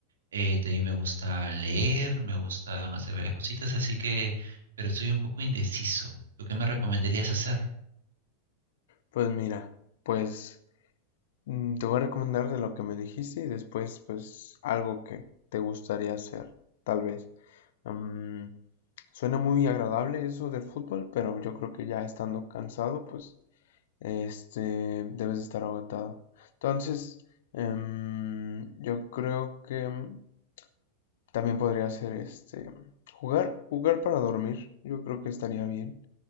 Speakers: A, on the right; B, on the left.
A: eh, también me gusta leer, me gustan hacer varias cositas, así que, pero estoy un poco indeciso. ¿Tú qué me recomendarías hacer?
B: Pues mira, pues mm, te voy a recomendar de lo que me dijiste y después pues algo que te gustaría hacer, tal vez. Mm, suena muy agradable eso de fútbol, pero yo creo que ya estando cansado, pues este debes de estar agotado. Entonces, em, yo creo que mm, también podría ser este jugar, jugar para dormir. Yo creo que estaría bien,